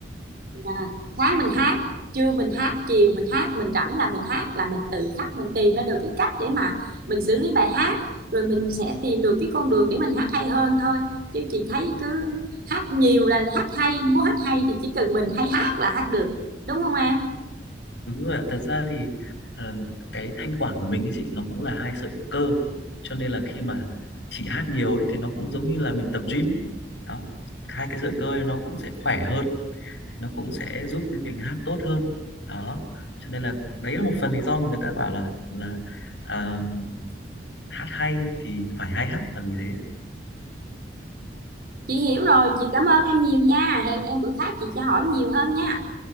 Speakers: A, on the right (about 55°); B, on the left (about 80°).
A: à, sáng mình hát trưa mình hát chiều mình hát mình rảnh là mình hát là mình tự khắc mình tìm ra được cái cách để mà mình xử lý bài hát rồi mình sẽ tìm được cái con đường để mình hát hay hơn thôi chứ chị thấy cứ hát nhiều là hát hay muốn hát hay thì chỉ cần mình hay hát là hát được đúng không em
B: đúng rồi ạ. Thật ra thì ờ, cái thanh quản của mình ấy chị nó cũng là hai sợi cơ. Cho nên là khi mà chị hát nhiều ấy thì nó cũng giống như là mình tập gym. Đó, hai cái sợi cơ ấy nó cũng sẽ khỏe hơn, nó cũng sẽ giúp mình hát tốt hơn. Đó. Cho nên là đấy là một phần lý do mà người ta bảo là là ờ, hát hay thì phải hay hát là vì thế.
A: chị hiểu rồi chị cảm ơn em nhiều nha hẹn em bữa khác chị sẽ hỏi nhiều hơn nha